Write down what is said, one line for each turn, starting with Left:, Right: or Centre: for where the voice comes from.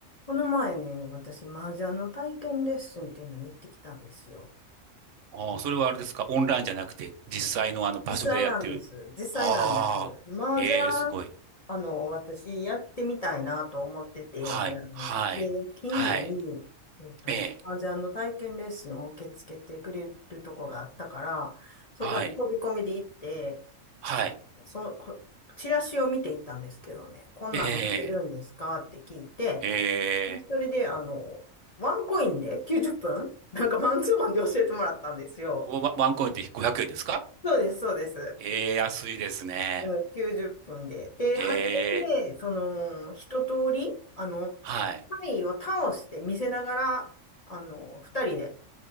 Left: この前ね、私、麻雀の体験レッスンっていうのに行ってきたんですよ。
Right: ああ、それはあれですか。オンラインじゃなくて、実際のあの場所でやってる。
Left: 実際なんです。実際なんです。
Right: ああ、
Left: 麻雀、
Right: ええ、すごい。
Left: あの、私、やってみたいなと思ってて、
Right: はい、
Left: 長年で、
Right: はい、
Left: 近所に、
Right: はい、
Left: えっと、
Right: ええ、
Left: 麻雀の体験レッスンを受け付けてくれるとこがあったから、そこに飛び込みで行って、
Right: はい、はい、
Left: その、こチラシを見て行ったんですけどね、こんなんやってるんですかって聞いて、
Right: ええ、ええ、
Left: それで、あの、ワンコインで90分 <laughs> なんかマンツーマンで教えてもらったんですよ。
Right: ワワンコインって500円ですか
Left: そうです、そうです。
Right: ええ、安いですね。
Left: うん、90分で。で、
Right: え
Left: 初めて、
Right: え、
Left: その、一通り、あの、
Right: はい、
Left: タイを倒して見せながら、あの、二人で